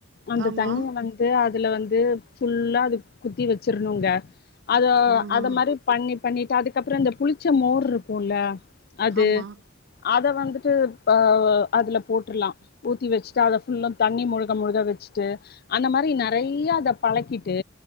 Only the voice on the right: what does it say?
ஆமா
ஆ
ஆ
ஆமா